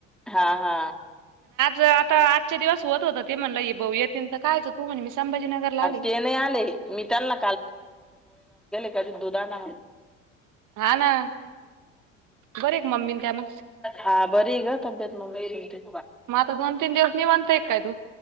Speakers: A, in the centre; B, on the right.
A: हा हा
B: आता आजचे दिवस होत होतं ते म्हणलं हे भाऊ येतीन तर कायचं तू म्हणे मी संभाजीनगरला आले.
A: ते नाही आले मी त्यांना.... कधी दुधान..
B: हा ना.. बरे आहे का मम्मी न त्या मग?
A: हा बरी ग... मुंबईला येते.
B: मग दोन तीन दिवस निवांत हाय का तु...